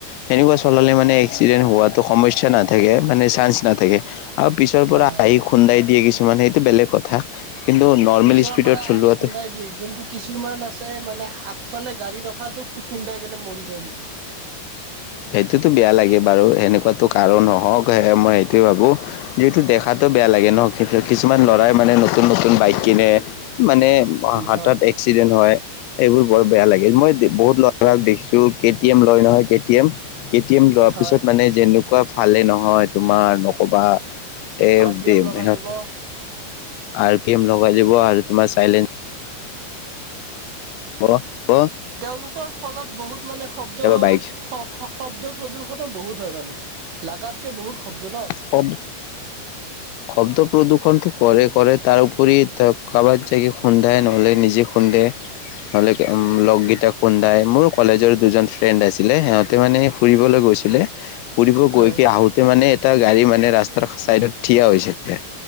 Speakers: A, on the left; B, on the right.
A: সেনেকুৱা চলালে মানে এক্সিডেণ্ট হোৱাটো সমস্যা নাথাকে, মানে চান্স নাথাকে। আৰু পিছৰ পৰা
B: হয় হয়
A: আহি খুন্দাই দিয়ে কিছুমান, সেইটো বেলেগ কথা। কিন্তু নৰ্মেল
B: পিছৰ
A: স্পীডত
B: পৰা
A: চলোৱাটো
B: আহি খুন্দাই দিয়ে। কিন্তু কিছুমান আছে মানে আ ইফালে গাড়ী ৰখাটো খুন্দাইকেনে মৰি যায় নিজে।
A: সেইটোতো বেয়া লাগে বাৰু। সেনেকুৱাতো কাৰো নহওঁক সে- মই সেইটোৱে ভাবোঁ। যিহেতু দেখা বেয়া লাগে ন'। কিছুমান ল'ৰাই মানে নতুন - নতুন বাইক কিনে মানে হাতত
B: হয়
A: এক্সিডেন্ট হয়। এইবোৰ বৰ বেয়া লাগে। মই বহুত লৰাক দেখিছোঁ। কে টি এম লয় নহয়, K T M? K T M লোৱাৰ
B: হয়
A: পিছত মানে যেনেকুৱা ফালে নহয়, তোমাৰ নকবা। এ
B: আৰ পি
A: দিম
B: এম লগাই
A: সিহঁতে-
B: ল'ব
A: আৰ পি এম লগাই দিব আৰু তোমাৰ ছাইলেন ব ব
B: তেওঁলোকৰ ফলত বহুত মানে শব্দ-
A: বাইক
B: শ- শব্দ প্ৰদূষণো বহুত হয় মানে। লাগাতকে বহুত শব্দ ন'?
A: শব শব্দ প্ৰদূষণটো কৰে - কৰে। তাৰ উপৰি ত- কাৰোবাত যাই গে খুন্দাই নহ'লে নিজে খুন্দে। নহ'লে উম, লগগিটা খুন্দায়। মোৰো কলেজৰ দুজন ফ্ৰেণ্ড আছিলে। সিহঁতে মানে ফুৰিবলৈ গৈছিলে। ফুৰিব
B: হয়
A: গৈ কি আহোঁতে মানে, এটা গাড়ী মানে ৰাস্তাৰ ছাইডত থিয় হৈছিলে